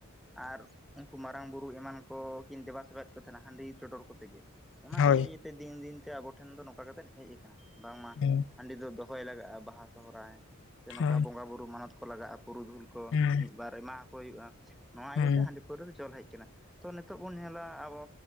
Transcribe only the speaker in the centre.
ᱟᱨ ᱩᱱᱠᱩ ᱢᱟᱨᱟᱝ ᱵᱩᱨᱩ ᱮᱢᱟᱱ ᱠᱚ ᱠᱤᱱ ᱫᱮᱵᱟ ᱥᱮᱵᱟᱭᱮᱫ ᱠᱚ ᱛᱟᱦᱮᱱᱟ ᱦᱟᱺᱰᱤ ᱪᱚᱰᱚᱨ ᱠᱚᱛᱮ ᱜᱮ ᱚᱱᱟ
ᱤᱭᱟᱹ ᱤᱭᱟᱹᱛᱮ ᱫᱤᱱ ᱫᱤᱱ ᱛᱮ ᱟᱵᱚ ᱴᱷᱮᱱ ᱫᱚ ᱱᱚᱝᱠᱟ ᱠᱟᱛᱮ ᱦᱮᱡ ᱟᱠᱟᱱᱟ ᱵᱟᱝ ᱢᱟ
ᱦᱟᱺᱰᱤ ᱫᱚ ᱫᱚᱦᱚᱭ ᱞᱟᱜᱟᱜᱼᱟ ᱵᱟᱦᱟ ᱥᱚᱦᱨᱟᱭ ᱥᱮ ᱱᱚᱝᱠᱟ
ᱵᱚᱸᱜᱟ ᱵᱩᱨᱩ ᱢᱟᱱᱚᱛ ᱠᱚ ᱞᱟᱜᱟᱜᱼᱟ ᱯᱩᱨᱩᱫᱷᱩᱞ ᱠᱚ
ᱢᱤᱫ ᱵᱟᱨ ᱮᱢᱟ ᱟᱠᱚ ᱦᱩᱭᱩᱜᱼᱟ ᱱᱚᱣᱟ
ᱤᱭᱟᱹᱛᱮ ᱦᱟᱺᱰᱤ ᱯᱟᱹᱣᱨᱟᱹ ᱫᱚ ᱪᱚᱞ ᱦᱮᱡ ᱟᱠᱟᱱᱟ ᱛᱚ ᱱᱤᱛᱚᱜ ᱵᱚᱱ ᱧᱮᱞᱟ ᱟᱵᱚ